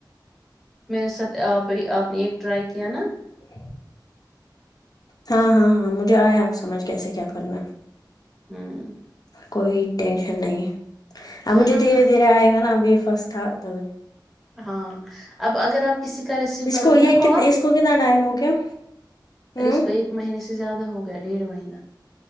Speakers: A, in the centre; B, on the left.
A: میرے ساتھ آپ آپ نے ایک ٹرائی کیا نا
B: <unintelligible> ہاں ہاں ہاں مجھے آیا آپ سمجھ کیسے کیا کرنا
A: ام
B: کوئی ٹینشن نہیں اب مجھے
A: ہاں
B: دھیرے دھیرے آئے گا نا اب یہ فسٹ تھا تبھی
A: ہاں اب اگر آپ کسی کا ریسیو
B: اس
A: کرو
B: کو
A: گی
B: یہ
A: نا کال
B: کتنے اس کو کتنا ٹائم ہو گیا ہوں
A: اس کو ایک مہینے سے زیادہ ہو گیا ڈیڑھ مہینہ